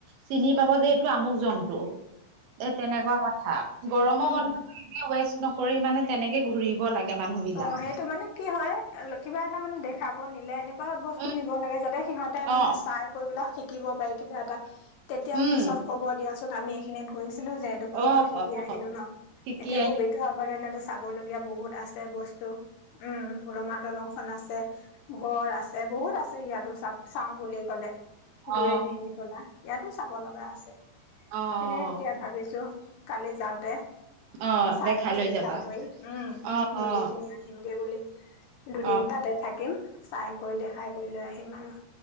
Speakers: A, on the right (about 80°); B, on the left (about 80°).
A: চিনি পাব যে, এইটো আমুক জন্তু! এ, তেনেকুৱা কথা। গৰমৰ
B: উম।
A: বন্ধত, এনে ৱেষ্ট নকৰি মানে, তেনেকে ঘূৰিব লাগে। মানুহ বিলাক
B: অ'! সেইটো মানে, কি হয়, কিবা এটা মানে, দেখাব নিলে, এনেকুৱা বস্তু
A: উম
B: নিব লাগে। যাতে সিহঁতে মানে,
A: অ
B: চাই কৰি পেলাই শিকিব পাৰি, কিবা এটা। তেতিয়া,
A: উম
B: পিছত ক'ব দিয়াচোন! আমি এইখিনিত গৈছিলোঁ যে, এইটো বস্তু
A: অ
B: শিকি
A: অ
B: আহিলোঁ ন'।
A: শিকি
B: এতিয়া,
A: আহিল
B: পবিতৰা অভয়াৰণ্যত আছ চাবলগীয়া বহুত আছে, বস্তু। উম! ওলমা দলংখন আছে, গড় আছ এই, বহুত আছে ইয়াতো, চা, চাওঁ বুলি ক'লে।
A: অ
B: দূৰে নিনি <unintelligible> ইয়াতো চাব লগা আছে।
A: অ' অ'
B: সেয়ে
A: অ'!
B: এতিয়া, ভাবিছোঁ! কালি যাওঁতে,
A: অ
B: চাই কৈ
A: লৈ
B: দেখাই
A: যাবা
B: কৈ, উম!
A: অ
B: গোটেইখিনি
A: অ
B: আহিমগে বুলি। দুদিন
A: অ',
B: তাতে থাকিম। চাই কৰি, দেখাই কৰি লৈ আহিম আৰু।